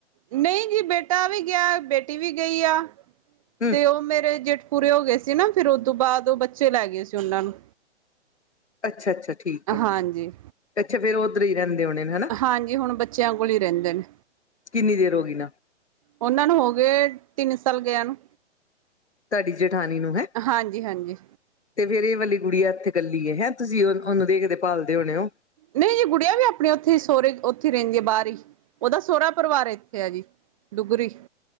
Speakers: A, on the right (about 30°); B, on the left (about 70°).
A: ਨਹੀਂ ਜੀ ਬੇਟਾ ਵੀ ਗਿਆ, ਬੇਟੀ ਵੀ ਗਈ ਆ
B: ਹੂੰ
A: ਤੇ ਉਹ ਮੇਰੇ ਜੇਠ ਪੂਰੇ ਹੋ ਗਏ ਸੀ ਨਾ ਫਿਰ ਉਹਤੋਂ ਬਾਅਦ ਉਹ ਬੱਚੇ ਲੈ ਗਏ ਸੀ ਉਹਨਾਂ ਨੂੰ।
B: ਅੱਛਾ ਅੱਛਾ ਠੀ ਠੀਕ ਏ,
A: ਹਾਂਜੀ
B: ਅੱਛਾ ਫਿਰ ਉਹਦਰੇ ਰਹਿੰਦੇ ਹੋਣੇ ਨੇ ਹਨਾ।
A: ਹਾਂਜੀ ਹੁਣ ਬੱਚਿਆਂ ਕੋਲ ਹੀ ਰਹਿੰਦੇ ਨੇ
B: ਕਿੰਨੀ ਦੇਰ ਹੋ ਗਈ ਉਹਨਾ ਨੂੰ?
A: ਉਹਨਾਂ ਨੂੰ ਹੋ ਗਏ ਤਿੰਨ ਸਾਲ ਗਿਆ ਨੂੰ।
B: ਤੁਹਾਡੀ ਜੇਠਾਣੀ ਨੂੰ ਹੈ?
A: ਹਾਂਜੀ ਹਾਂਜੀ।
B: ਤੇ ਫਿਰ ਇਹ ਵਾਲੀ ਗੁੜੀਆ ਇੱਥੇ ਇਕੱਲੀ ਏ ਹੈਂ ਤੁਸੀਂ ਓਨੂੰ ਦੇਖਦੇ ਪਾਲਦੇ ਹੋਣੇ ਓ।
A: ਨਹੀ ਜੀ ਗੁਡੀਆ ਵੀ ਆਪਣੇ ਉੱਥੇ ਸੋਹਰੇ ਉੱਥੇ ਰਹਿੰਦੀ ਏ ਬਾਹਰ ਹੀ, ਉਹਦਾ ਸੋਹਰਾ ਪਰਿਵਾਰ ਇੱਥੇ ਆ ਜੀ। ਡੂਗਰੀ।